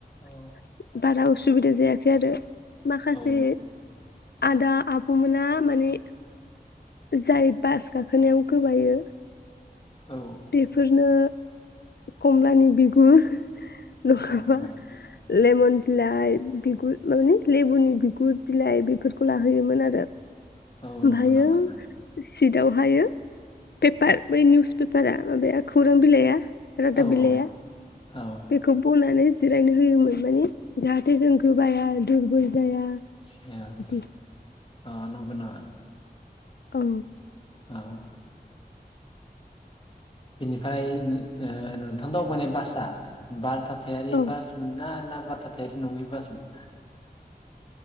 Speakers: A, on the left (about 35°); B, on the left (about 85°).
A: औ
B: <inaudible> बारा उस सुबिदा जायाखै आरो। माखासे
A: औ नं
B: आदा आब'मोना मानि जाय बास गाखोनायाव गोबायो
A: औ
B: बेफोरनो। कमलानि बिगुर नाङा
A: औ
B: बा
A: नंगौ नामा
B: लेमन बिलाइ बिगुर मानि लेबुनि बिगुर बिलाइ बेफोरखौ लाहोयोमोन आरो।
A: औ
B: ओमफायो
A: नंगौ नामा
B: सिट यावहायो पेपार बै निउज पे पेपारा माबाया खौरां बिलाइआ रादाब
A: औ
B: बिलाइआ
A: औ औ
B: बेखौ बनानै जिरायनो होयोमोन। माने जाहाथे जों गोबाया दुरबल जाया।
A: <unintelligible>
B: बिदि
A: अ नंगौ नामा?
B: औ
A: औ बिनिफ्राय नो ओ नोंथां दावबायनाय बासआ बारथा यारि
B: औ
A: बास मोन ना? बा थाथायारि नंङै बासमोन?